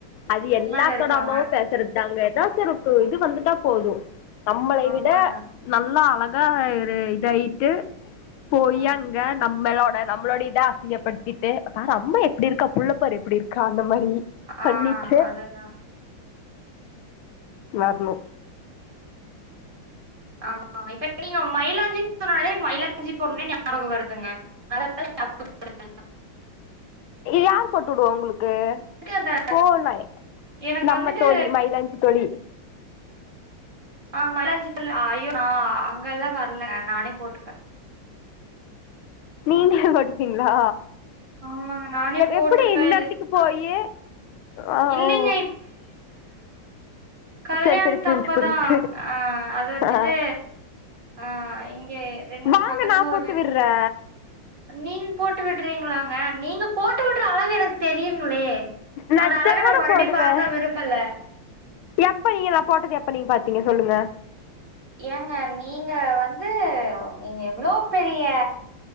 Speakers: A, on the left; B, on the right.
A: அது எல்லாத்தோட
B: மேல இருக்காங்க.
A: அம்மாவு பேசுறது தாங்க எதாச்சு ஒரு இது வந்துட்டா போது நம்மளை
B: ஆமாங்க.
A: விட நல்லா அழங் கா ஒரு இதாயிட்டு போய்
B: ஆ.
A: அங்க நம்மல்லெ நம்மளோட இத அசிங்கப்படுத்திட்டு பாரு அம்மா எப்படி இருக்கா புள்ளப் பார் எப்படி இருக் கா அந்த மாரி யி பண்ணிட்டு
B: ஆ அதுதான்.
A: மாறணு
B: ஆமா இப்ப நீங்க மயிலாஞ்சினு சொன்னாலே மயிலாஞ்சி போணுனு ஞாபகம் வருதுங்க நல்ல வேள ஞாபகப்படுத்துனீங்க
A: யார் போட்டுவிடுவா உங்களுக்கு
B: அந்த
A: ஓ ந
B: எனக்கு
A: நம்ம
B: வந்துட்டு
A: தோழி மயிலாஞ்சி தோழி
B: ஆஹ் மைலாஞ்சி தோழி ஐயோ நா அங்க எல்லா வர்ல நானே போட்டுப்ப
A: நீங்களே போட்டுப்பீங்களா
B: ஆமாங்க நானே போட்டுப்பேன்
A: எப்படி இந்த
B: இது.
A: எடத்துக்கு போயி ஆ
B: இல்லைங்க
A: ஓ
B: கல்யாண
A: செரி செரி
B: தப்பதா
A: புரிஞ்சு புரிஞ்சு
B: அஹ் அது வந்துட்டு
A: ஆ
B: அஹ் இங்க ரெண்
A: வாங்க
B: பக்கத்துல
A: நா போட்டு
B: ஒரு
A: விட்றே
B: நீங்க போட்டு விடுறீங்களாங்க நீங்க போட்டு விடுற அழகு எனக்கு தெரியுங்களே
A: நெஜமா
B: அந்த அழக நா மறுடி
A: போடுவே
B: பாக்க விரும்பல
A: எப்ப நீங்க நா போட்டது எப்ப நீங்க பாத்தீங்க சொல்லுங்க
B: ஏங்க நீங்க வந்து நீங்க எவ்ளவு பெரிய